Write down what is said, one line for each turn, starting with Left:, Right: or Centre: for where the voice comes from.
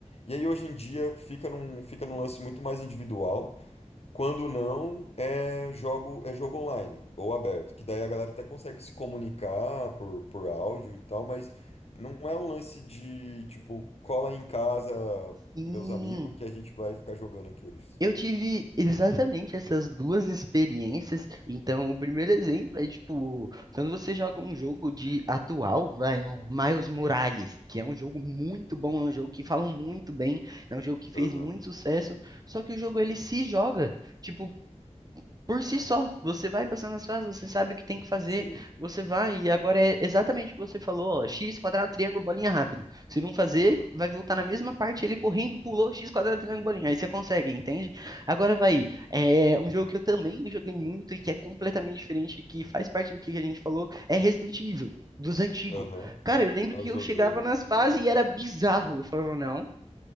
Left: E aí hoje em dia fica num, fica num lance muito mais individual. Quando não, é jogo, é jogo online ou aberto, que daí a galera até consegue se comunicar por, por áudio e tal, mas não é um lance de, tipo, cola aí em casa,
Right: Sim.
Left: meus amigos, que a gente vai ficar jogando aqui hoje,
Right: Eu
Left: sabe?
Right: tive exatamente essas duas experiências. Então, o primeiro exemplo é tipo, quando você joga um jogo de atual, vai, o Miles Morales, que é um jogo muito bom, é um jogo que falam muito bem, é um jogo que fez
Left: Aham,
Right: muito sucesso, só que o jogo ele se joga. Tipo, por si só. Você vai passando as fases, você sabe o que tem que fazer,
Left: sim,
Right: você vai, e agora é exatamente o que você falou, ó, x quadrado, triângulo, bolinha rápido. Se não fazer,
Left: aham,
Right: vai voltar na mesma parte, ele correndo, pulou, x quadrado, triângulo, bolinha. Aí você consegue, entende? Agora vai, é um jogo que eu também joguei muito e que é completamente diferente, que faz parte do que a gente falou, é Resident Evil. Dos antigos.
Left: aham.
Right: Cara, eu lembro
Left: Eu
Right: que eu
Left: joguei
Right: chegava
Left: muito.
Right: nas fases
Left: né?
Right: e era bizarro. Eu falava, não,